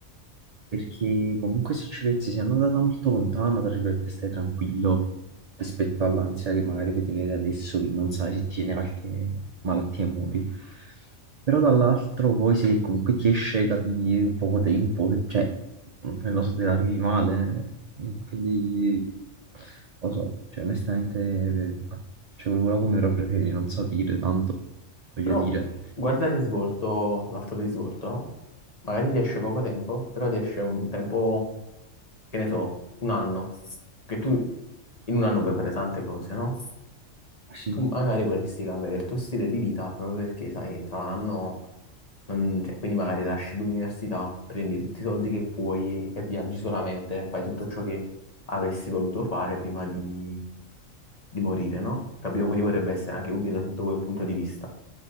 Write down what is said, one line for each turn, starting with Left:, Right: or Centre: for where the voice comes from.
Right: Perché comunque se ci pensi, sei andata molto lontano, tra virgolette, stai tranquillo rispetto all'ansia che magari puoi tenere adesso, che non sai se ti viene qualche malattia e muori. Però dall'altro poi se comunque ti esce, capi, in poco tempo, che- cioè, non lo so, te la vivi male, eh. Mm, Quindi, lo so, cioè onestamente, eh, cioè, quello come ora preferirei non sapere tanto, voglio
Left: Però
Right: dire.
Left: guarda il risvolto, l'altro risvolto, no? Magari ti esce poco tempo, però ti esce un tempo, che ne so, un anno, che tu in un anno puoi fare tante cose, no?
Right: Sì,
Left: tu magari potresti cambiare il tuo stile di vita proprio perché sai che tra un anno, non- cioè, quindi magari lasci l'università, prendi tutti i soldi che puoi e viaggi solamente, fai tutto ciò che avresti voluto fare prima di, di morire, no? Capito? Quindi potrebbe essere anche utile sotto quel punto di vista,